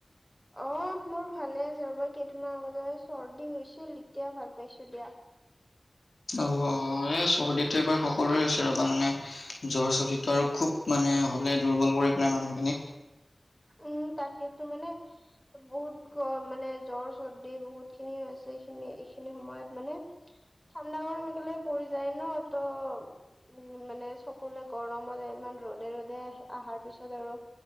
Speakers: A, in the centre; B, on the left.
A: অ', মোৰ ভালে আছে ৰ'বা কেত দুদিন মান আগতে চৰ্দি হৈছিল এতিয়া ভাল পাইছো দিয়া
B: অ-হ এই চৰ্দিতটো এবাৰ সকলোৰে হৈছে ৰ'বা মানে জ্বৰ চৰ্দিটো আৰু খুব মানে হ'লে দুৰ্বল কৰি পেলাই মানুহখিনিক
A: উম, তাকেতো মানে বহুত গৰম মানে জ্বৰ চৰ্দি বহুত খিনি হৈছে এইখিনি, এইখিনি সময়ত মানে ঠাণ্ডা-গৰম একেলগে পৰি যায় ন' ত' উ মানে সকলোৱে গৰমত ইমান ৰ'দে ৰ'দে অহাৰ পিছত আৰু